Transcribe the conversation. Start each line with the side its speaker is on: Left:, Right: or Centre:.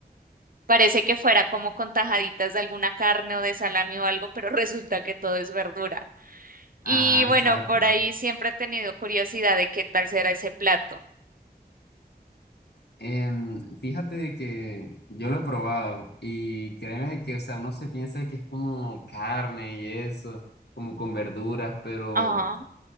Right: parece que fuera como con tajaditas de alguna carne o de salami o algo, pero <laughs> resulta que todo es verdura. Y
Left: Ajá,
Right: bueno,
Left: exacto.
Right: por ahí siempre he tenido curiosidad de qué tal será ese plato.
Left: Em, fíjate de que yo lo he probado y créeme de que, o sea, uno se piensa que es como carne y eso, como con verduras, pero
Right: Ajá.